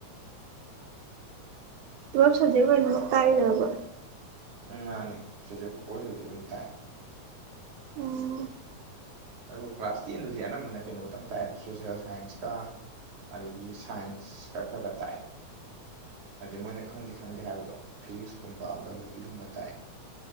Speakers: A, on the right; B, on the right.
A: ꯄꯨꯂꯣꯞ ꯁꯖꯩꯕ ꯑꯣꯏꯅꯅꯃꯛ ꯀꯥꯏꯔꯕ
B: ꯎꯝ ꯃꯥꯅꯤ ꯑꯣꯏ ꯍꯧꯖꯤꯛ ꯑꯣꯏꯅ ꯊꯥꯛꯑꯦ
A: ꯎꯝ
B: ꯑꯗꯨꯒ ꯀ꯭ꯂꯥꯁ ꯇꯦꯟꯗꯨꯗꯤ ꯑꯅꯝꯕꯅ ꯀꯩꯅꯣꯝꯇꯪ ꯇꯥꯏꯑꯗ ꯁꯣꯁꯦꯜ ꯁꯥꯏꯟꯁꯀ ꯑꯗꯒꯤ ꯁꯥꯏꯟꯁ ꯈ ꯈꯔ ꯈꯔ ꯇꯥꯛꯑꯦ ꯍꯥꯏꯗꯤ ꯃꯣꯏꯅ ꯈꯪꯗꯦ ꯈꯪꯗꯦ ꯍꯥꯏꯕꯗꯣ ꯐꯤꯖꯤꯛꯁꯀꯨꯝꯕ ꯕꯥꯏꯑꯣꯂꯣꯖꯤꯒꯨꯝꯕ ꯇꯥꯛꯑꯦ